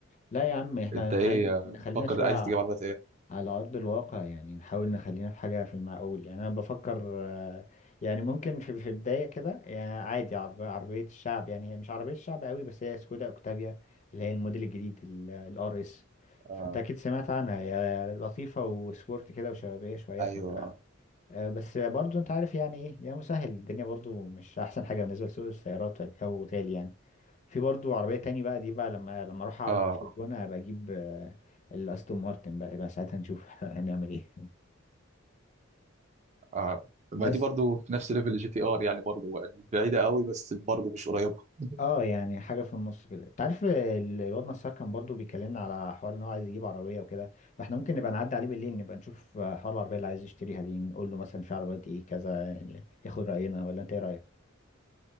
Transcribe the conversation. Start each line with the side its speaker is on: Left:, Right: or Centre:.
Left: لا يا عم احنا
Right: انت
Left: نخلي...
Right: ايه آه،
Left: نخلينا
Right: فكر
Left: شويه
Right: عايز
Left: ع-
Right: تجيب عربيات ايه
Left: على ارض الواقع يعني نحاول نخلينا في حاجه في المعقول يعني انا بفكر آه، يعني ممكن في في بدايه كده يعني عادي عرب... عربيه الشعب يعني هي مش عربيه الشعب قوي بس هي سكودا اوكتافيا اللي هي الموديل الجديد الار اس
Right: آه
Left: فانت اكيد سمعت عنها هي لطيفه وسبورت كده وشبابيه شويه
Right: ايوه
Left: آه، بس برضو انت عارف يعني ايه يعني مسهل الدنيا برضو مش احسن حاجه بالنسبه لسوق السيارات او غالي يعني في برضو عربيه تاني بقى دي بقى لما لما اروح اقعد
Right: اه
Left: في الجونه ابقى اجيب آه، الاستون مارتن بقى يبقى ساعتها نشوف <laughs> هنعمل ايه
Right: اه
Left: بس
Right: ما دي برضو في نفس ليفل الجي تي ار يعني برضو بعيده قوي بس برضو مش قريبه <laughs>
Left: اه يعني حاجه في النص كده انت عارف ال- الواد نصار كان برضو بيكلمنا على حوار ان هو عايز يجيب عربيه وكده فاحنا ممكن نبقى نعدي عليه بالليل نبقى نشوف آه، حوار العربيه اللي عايز يشتريها دي نقول له مثلا في عربيات ايه كذا يعني ياخد راينا ولا انت ايه رايك